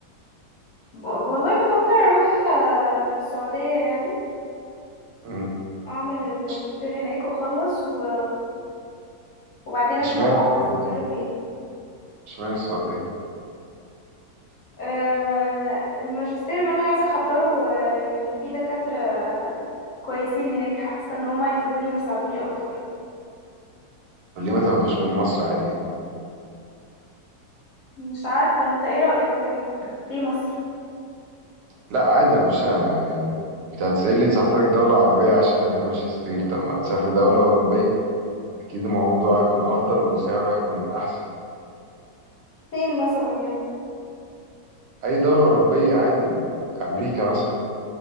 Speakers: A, on the left; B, on the right.
A: والله بفكر اروح آه، السعوديه يعني
B: مم.
A: اعمل الماجستير
B: إش-
A: هناك واخلص و... وبعدين
B: اشمعنى
A: اشوف بقى
B: السعودية
A: هستقر فين
B: اشمعنى السعودية
A: آه، الماجستير اللي انا عايزه احضره آه، يعني في دكاتره كويسين هناك حاسه ان هما يفيدوني ويساعدوني اكتر
B: طب ليه ما تاخدوش من مصر عادي هنا
A: مش عارفه انت ايه رايك طيب ليه مصر
B: لا عادي انا مش يعني يعني انت هتسألني تسافرك دولة عربية عشان تعمل ماجستير طب ما تسافر دولة أوروبية اكيد الموضوع هيكون افضل وسعره هيكون احسن
A: فين مثلا يعني
B: اي دولة أوروبية عادي ال- امريكا مثلا